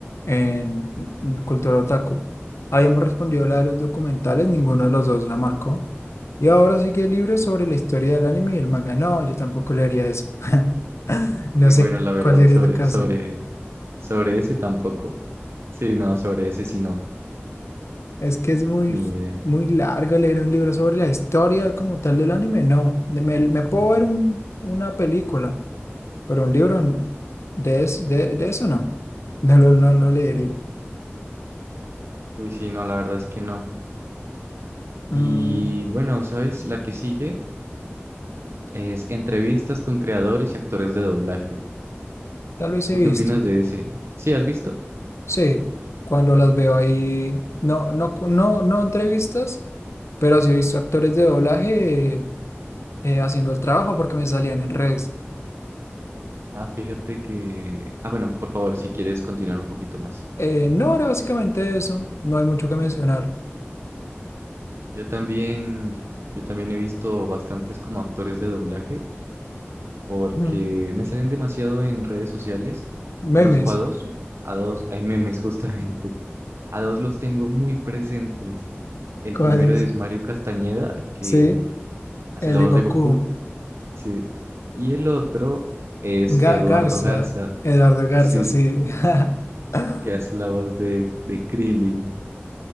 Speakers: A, on the left; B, on the right.
A: en en cultura otaku. Habíamos respondido la de los documentales, ninguno de los dos la marcó. Y ahora sigue el libro sobre la historia del anime y el manga. No, yo tampoco leería eso. <laughs> No
B: Muy
A: sé
B: bueno, la verdad,
A: cuál sería
B: sobre,
A: tu caso.
B: sobre, sobre ese tampoco. Sí, no, sobre ese sí no,
A: Es que es muy,
B: ni idea.
A: muy largo leer un libro sobre la historia como tal del anime. No, De- me, me
B: Mm.
A: puedo ver un- una película, pero un libro n- de, es- de, de eso no. <laughs> No lo, no lo leería.
B: Uy, sí, no, la verdad es que no. Y
A: Mm,
B: bueno, ¿sabes? La que sigue es entrevistas con creadores y actores de doblaje.
A: tal vez
B: ¿Tú
A: he visto.
B: qué opinas de ese? ¿Sí has visto?
A: Sí, cuando las veo ahí, no, no, cu- no, no entrevistas, pero sí he visto actores de doblaje eh, haciendo el trabajo porque me salían en redes.
B: Ah, fíjate que... Ah, bueno, por favor, si quieres continuar un poquito más.
A: Eh, no, era básicamente eso. No hay mucho que mencionar.
B: Yo también, yo también he visto bastantes como actores de doblaje porque
A: Mm,
B: me salen demasiado en redes sociales.
A: Memes.
B: Conozco a dos, a dos, hay memes <laughs> justamente. A dos los tengo muy presentes. El
A: ¿Cuáles?
B: primero es Mario Castañeda, que
A: Sí.
B: hace
A: El
B: la
A: de
B: voz
A: Goku.
B: de Goku, sí. Y el otro es
A: Ga-
B: Eduardo
A: Garza.
B: Garza,
A: Eduardo Garza,
B: sí,
A: sí. <laughs>
B: que hace la voz de, de Krillin.